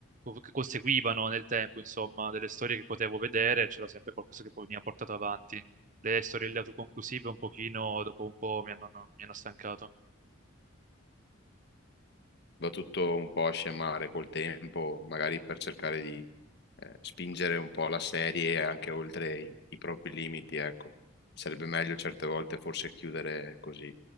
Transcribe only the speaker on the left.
Va tutto un po' a scemare col tempo, magari per cercare di eh, spingere un po' la serie anche oltre i, i propri limiti, ecco. Sarebbe meglio certe volte forse chiudere così,